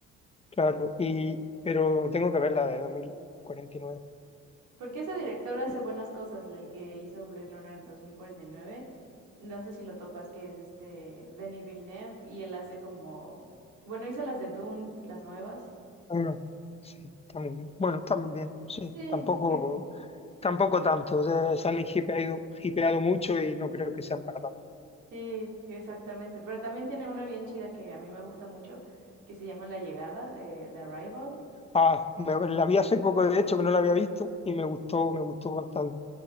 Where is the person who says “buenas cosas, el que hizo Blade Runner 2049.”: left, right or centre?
Right